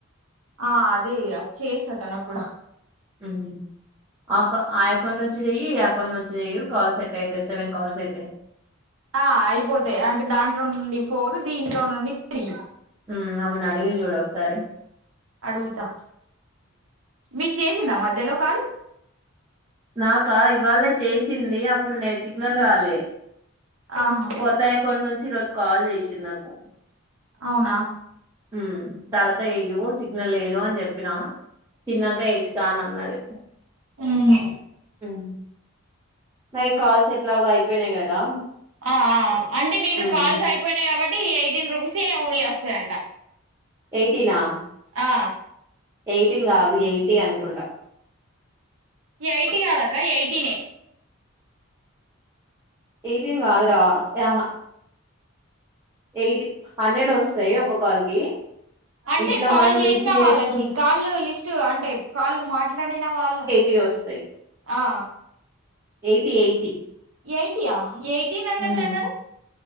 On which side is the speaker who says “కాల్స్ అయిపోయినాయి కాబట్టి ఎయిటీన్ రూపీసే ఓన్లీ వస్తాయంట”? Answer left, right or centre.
Right